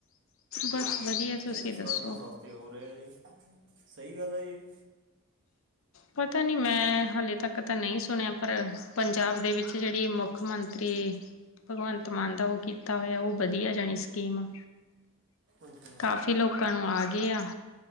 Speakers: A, on the left; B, on the right.
A: ਬਸ ਵਧੀਆ ਤੁਸੀਂ
B: ਕਹਿੰਦੇ ਸਿਲੰਡਰ
A: ਦੱਸੋ
B: ਸਸਤੇ ਹੋ ਰਹੇ ਜੀ, ਸਹੀ ਗੱਲ ਹੈ ਜੀ?
A: ਪਤਾ ਨੀ ਮੈਂ ਹਾਲੇ ਤੱਕ ਤਾਂ ਨਈ ਸੁਣਿਆ ਪਰ, ਪੰਜਾਬ ਦੇ ਵਿੱਚ ਜਿਹੜੀ ਮੁੱਖ ਮੁੱਖ ਮੰਤਰੀ, ਭਗਵੰਤ ਮਾਨ ਦਾ ਉਹ ਕੀਤਾ ਹੋਇਆ ਉਹ ਵਧੀਆ ਜਾਣੀ ਸਕੀਮ।
B: ਅੱਛਾ
A: ਕਾਫ਼ੀ ਲੋਕਾਂ ਨੂੰ ਆ ਗੇ ਆ